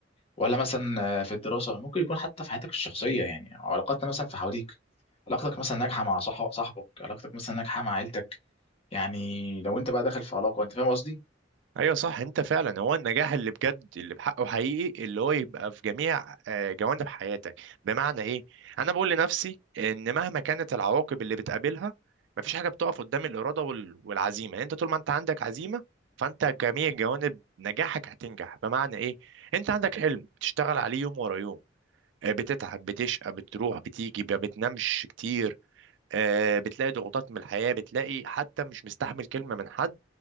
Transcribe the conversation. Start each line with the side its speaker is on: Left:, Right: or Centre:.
Left: ولا مثلا في الدراسة ممكن يكون حتى في حياتك الشخصية يعني أو علاقاتنا مثلا في حواليك علاقتك مثلا ناجحة مع صح- صاحبك علاقتك مثلا ناجحة مع عيلتك يعني لو انت بقى داخل في علاقة انت فاهم قصدي
Right: ايوه صح انت فعلا هو النجاح اللي بجد اللي بحقه حقيقي اللي هو يبقى في جميع آه، جوانب حياتك بمعنى ايه انا بقول لنفسي ان مهما كانت العواقب اللي بتقابلها مفيش حاجه بتقف قدام الاراده وال- والعزيمه يعني انت طول ما انت عندك عزيمه فانت جميع جوانب نجاحك هتنجح بمعنى ايه انت عندك حلم بتشتغل عليه يوم ورا يوم آه، بتتعب بتشقى بتروح بتيجي ما بتنامش كتير آه، بتلاقي ضغوطات من الحياة بتلاقي حتى مش مستحمل كلمة من حد